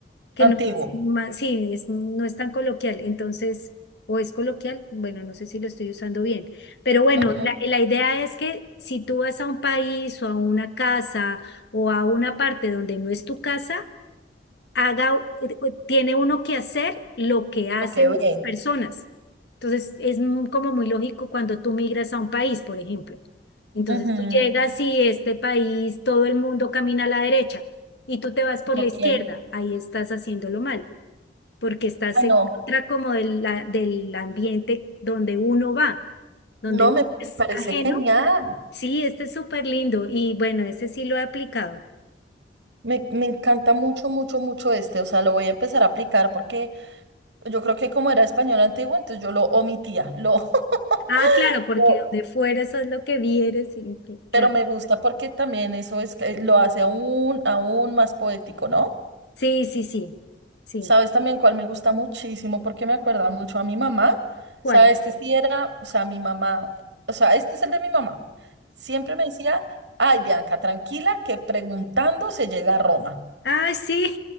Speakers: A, on the left; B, on the right.
A: que
B: Antiguo.
A: no es más, sí, es- no es tan coloquial, entonces, o es coloquial, bueno, no sé si lo estoy usando bien, pero bueno,
B: Ujú.
A: la, la idea es que si tú vas a un país o a una casa o a una parte donde no es tu casa, haga, tiene uno que hacer lo que hacen
B: Ok, ve.
A: esas personas. Entonces, es m- como muy lógico cuando tú migras a un país, por ejemplo. Entonces,
B: Ujú,
A: tú llegas y este país, todo el mundo camina a la derecha y tú te vas por
B: Ok.
A: la izquierda, ahí estás haciéndolo mal, porque estás
B: Ah,
A: en
B: no.
A: contra como del, la- del ambiente donde uno va, donde
B: No,
A: uno
B: me
A: es
B: parece
A: ajeno.
B: genial.
A: Sí, este es súper lindo y bueno, ese sí lo he aplicado.
B: Me, me encanta mucho, mucho, mucho este. O sea, lo voy a empezar a aplicar porque yo creo que como era español antiguo, entonces yo lo omitía. Lo, <laughs>
A: Ah, claro, porque
B: lo-
A: donde fueras es lo que vieres, y- y claro.
B: pero me gusta porque también eso es, que lo hace aún, aún más poético, ¿no?
A: Sí, sí, sí, sí.
B: ¿Sabes también cuál me gusta muchísimo? Porque me acuerda mucho a mi mamá. O
A: ¿Cuál?
B: sea, este sí era, o sea, mi mamá, o sea, este es el de mi mamá. Siempre me decía, ay, Bianca, tranquila, que preguntando se llega a Roma.
A: Ah, sí.